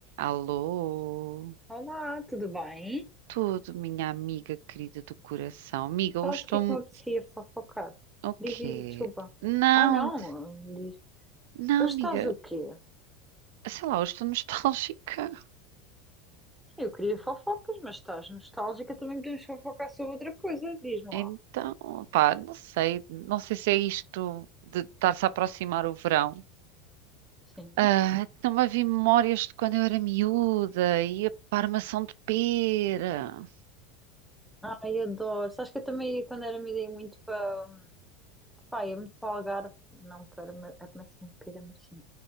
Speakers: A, on the right; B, in the centre.
A: Alô,
B: Olá, tudo bem?
A: tudo, minha amiga querida do coração. Amiga,
B: Sabes
A: hoje estou.
B: o que é que me apetecia fofocar?
A: O
B: Diz,
A: quê?
B: diz, desculpa.
A: Não,
B: Ah, não, diz.
A: não,
B: Hoje
A: amiga.
B: estás o quê?
A: Sei lá, hoje estou <laughs> nostálgica.
B: Eu queria fofocas, mas estás nostálgica, também podemos fofocar sobre outra coisa, diz-me
A: Então,
B: lá.
A: pá, não sei. Não sei se é isto de estar-se a aproximar o verão.
B: Sim.
A: Ah, não havia memórias de quando eu era miúda, ia para a armação de pera.
B: Ai, adoro. Sabes que eu também, ia, quando era miúda, ia muito para... Pá, ia muito para o Algarve, não para Arma- Armação de Pera, mas sim.